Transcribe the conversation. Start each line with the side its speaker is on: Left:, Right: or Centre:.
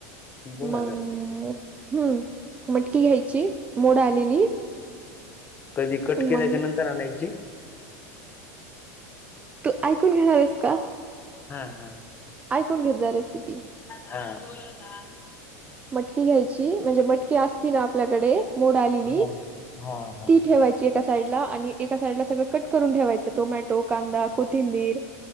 Left: बर
Right: मंग हम्म, मटकी घ्यायची. मोड आलेली
Left: कधी कट
Right: मग
Left: केल्याच्या नंतर आणायची?
Right: तू ऐकून घेणार आहेस का?
Left: हा, हा.
Right: ऐकून घेत जा रेसिपी.
Left: हा.
Right: मटकी घ्यायची म्हणजे मटकी असती ना आपल्याकडे मोड आलेली,
Left: हा हा हा
Right: ती ठेवाय ची एका साइडला आणि एका साइडला सगळं कट करून ठेवायचं. टोमॅटो, कांदा, कोथिंबीर